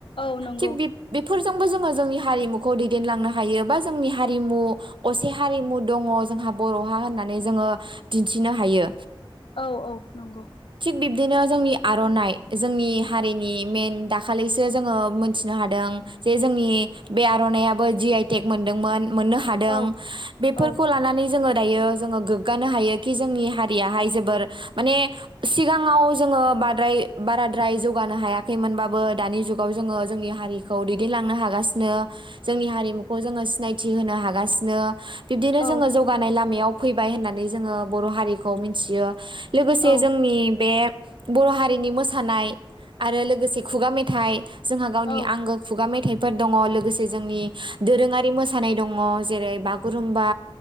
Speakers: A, on the left; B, on the right.
A: औ नंगौ
B: थि बे बे फोरजोंबो जोङो जोंनि हारिमुखौ दैदेनलांनो हायो बा जोंनि हारिमु असे हारिमु दङ जोंहा बर'हा होननानै जोङो दिन्थिनो हायो।
A: औ औ नंगौ
B: थिग बिब्दिनो जोंनि आरो आर'नाइ जोंनि हारिनि मेइन दाखालिसो जोङो मोनथिनो हादों जे जोंनि बे आर'नायइाबो जि आइ टेक मोनदोंमोन मोननो हादों
A: औ
B: बेफोरखौ
A: औ
B: लानानै जोङो दायो जोङो गोगानो हायोखि जोंनि हारियाहाय जोबोर माने सिगाङाव जोङो बाराद्राय जौगानो हायाखैमोनबाबो दानि जुगाव जोङो जोंनि हारिखौ दैदेनलांनो हागासिनो जोंनि हारिमुखौ जोङो सिनायथि होनो हागासिनो बिब्दिनो
A: औ
B: जोङो जौगानाय लामायाव फैबाय होननानै जोङो बर' हारिखौ मिथियो लोगोसे
A: औ
B: जोंनि बे बर' हा रिनि मोसानाय आरो लोगोसे खुगा मेथाइ जोंहा गावनि
A: औ
B: आंगो खुगा मेथाइ फोर दङ लोगोसे जोंनि दोरोङारि मोसानाय दङ जेरै बागुरुमबा